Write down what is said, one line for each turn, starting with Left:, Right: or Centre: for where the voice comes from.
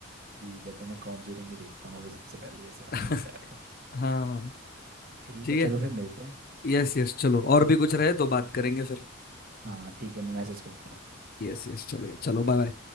Right: ठीक है तो मैं कॉन्जरिंग ही देखता हूँ फिर सबसे पहले जैसे आपने
Left: <laughs>
Right: बताया था
Left: हाँ हाँ
Right: ठीक
Left: ठीक
Right: है
Left: है
Right: चलो फिर मिलते हैं
Left: यस यस चलो और भी कुछ रहे तो बात करेंगे फिर
Right: हाँ ठीक है मैं मैसेज कर दूंगा
Left: यस यस चलेगा चलो बाय बाय